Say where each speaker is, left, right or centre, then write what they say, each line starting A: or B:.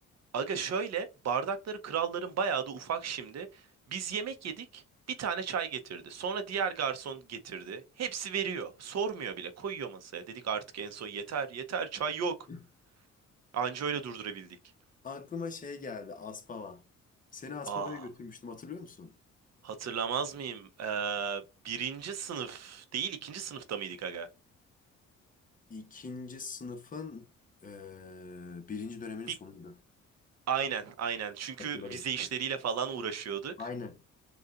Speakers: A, on the right; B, on the left.
A: Aga şöyle bardakları kralların bayağı da ufak şimdi. Biz yemek yedik bir tane çay getirdi. Sonra diğer garson getirdi. Hepsi veriyor. Sormuyor bile koyuyor masaya. Dedik artık en son yeter yeter çay yok.
B: <laughs>
A: Anca öyle durdurabildik.
B: Aklıma şey geldi Aspava. Seni Aspava'ya
A: Aa
B: götürmüştüm hatırlıyor musun?
A: hatırlamaz mıyım? Ee, birinci sınıf değil ikinci sınıfta mıydık aga?
B: İkinci sınıfın eee, birinci döneminin
A: Bir,
B: sonuydu.
A: aynen aynen çünkü
B: Hatırladım.
A: vize işleriyle falan uğraşıyorduk.
B: Aynen.